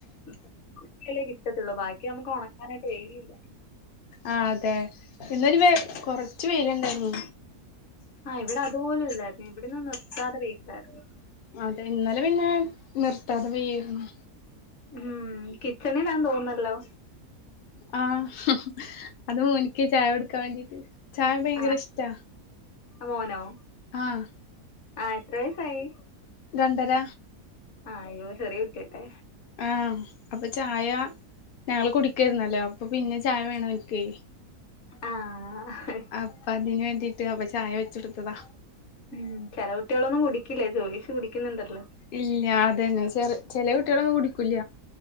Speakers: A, on the left; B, on the left.
A: <inaudible> ല്ലേ കിട്ടത്തുള്ളൂ ബാക്കി നമുക്ക് ഉണ <unintelligible>
B: ആഹ് അതെ ഇന്നൊരു വ കൊറച്ച് വെയിലുണ്ടായിരുന്നു
A: ആഹ് ഇവിടെ അതുപോലും ഇല്ലായിരുന്നു ഇവിടിന്ന് നിർത്താതെ വെയിലായിരുന്നു
B: അതെ ഇന്നലെ പിന്നെ നിർത്താതെ പെയ്യായിരുന്നു
A: ഉം കിച്ചണിലാന്ന് തോന്നല്ലോ
B: ആഹ് അത് മോനിക്ക് ചായ കൊടുക്കാൻ വേണ്ടീട്ട്, ചായ ഭയങ്കര
A: ആഹ്
B: ഇഷ്ടാ
A: മോനോ
B: ആഹ്
A: ആഹ് എത്ര വയസായി
B: രണ്ടര
A: ആ യ്യോ ചെറിയ കുട്ടിയത്ര
B: ആഹ് അപ്പൊ ചായ ഞങ്ങള് കുടിക്കായിരുന്നല്ലോ അപ്പൊ പിന്നെ ചായ വേണനിക്ക്
A: ആഹ്
B: അപ്പൊ അതിന് വേണ്ടിട്ട് അപ്പൊ ചായ വെച്ചെടുത്തതാ
A: ഉം ചെല കുട്ടികളൊന്നും കുടിക്കില്ലേ, ചോദിച്ച് കുടിക്കുന്നുണ്ടല്ലോ
B: ഇല്ല അതന്നെ ചെറ ചെല കുട്ടികളൊന്നും കുടിക്കൂല്ല